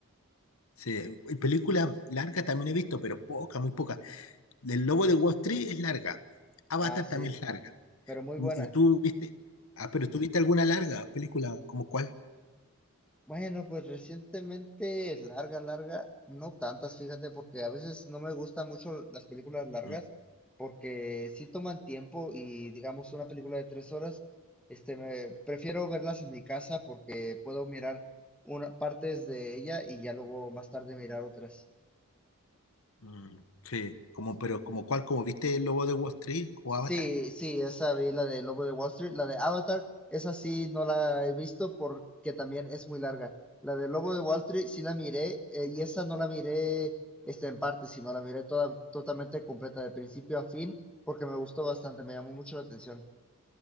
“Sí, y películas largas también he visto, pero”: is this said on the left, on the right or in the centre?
Left